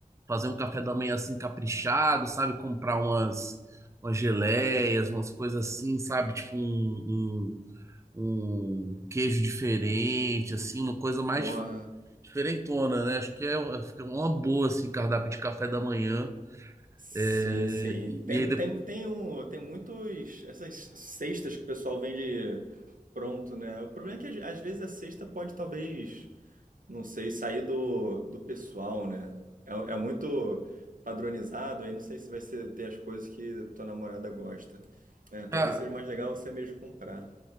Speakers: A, on the right; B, on the right.
A: fazer um café da manhã assim caprichado, sabe? Comprar umas, umas geleias, umas coisas assim, sabe? Tipo um, um, um queijo diferente, assim, uma coisa mais
B: Bom,
A: diferentona, né? Acho que é, uma fica uma boa, assim, cardápio de café da manhã.
B: Sim,
A: É,
B: sim.
A: e,
B: Tem,
A: e aí depois.
B: tem, tem, um, tem muitos. Essas cestas que o pessoal vende pronto, né? O problema é que às às vezes a cesta pode talvez, não sei, sair do, do pessoal, né? É, é muito padronizado, aí não sei se vai ser, ter as coisas que tua namorada gosta. É, talvez
A: ah,
B: seja mais legal você mesmo comprar.